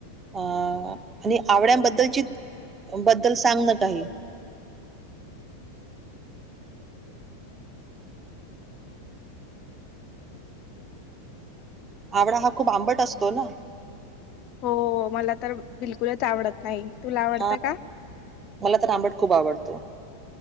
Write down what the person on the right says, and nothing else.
अ.. आणि आवळ्यानबद्दलची बद्दल सांग ना काही. आवळा हा, खूप आंबट असतो ना.
हा,
मला तर आंबट खूप आवडत.